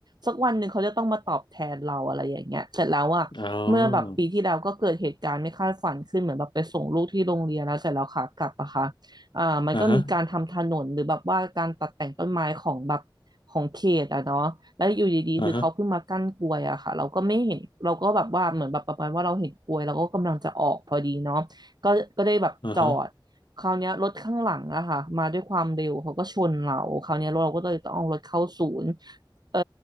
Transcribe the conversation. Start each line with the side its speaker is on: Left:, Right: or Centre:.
Right: สักวันหนึ่งเขาจะต้องมาตอบแทนเราอะไรอย่างเงี้ยเสร็จแล้วอ่ะเมื่อแบบปีที่แล้วก็เกิดเหตุการณ์ไม่คาดฝันขึ้นเหมือนแบบไปส่งลูกที่โรงเรียนแล้วเสร็จแล้วขากลับอะค่ะ
Left: อ๋อ
Right: อ่ามันก็มีการทำถนนหรือแบบว่าการตัดแต่งต้นไม้ของแบบ
Left: อ่าฮะ
Right: ของเขตอะเนาะแล้วอยู่ดีๆคือเขาเพิ่งมากั้นกลวยอะค่ะเราก็ไม่เห็นเราก็แบบว่าเหมือนแบบประมาณว่าเราเห็นกลวยเราก็กำลังจะออกพอดีเนาะก็ก็ได้แบบจอดคราวเนี้ยรถข้างหลังอะค่ะมาด้วยความเร็วเขาก็ชนเราคราวเนี้ยเราก็เลยต้องเอารถเข้าศูนย์
Left: อ่าฮะอ่าฮะ
Right: เออ